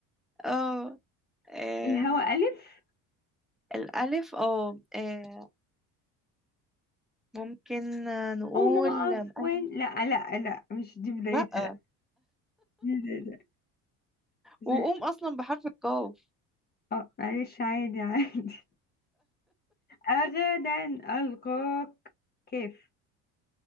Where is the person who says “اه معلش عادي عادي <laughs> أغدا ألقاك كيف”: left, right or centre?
Left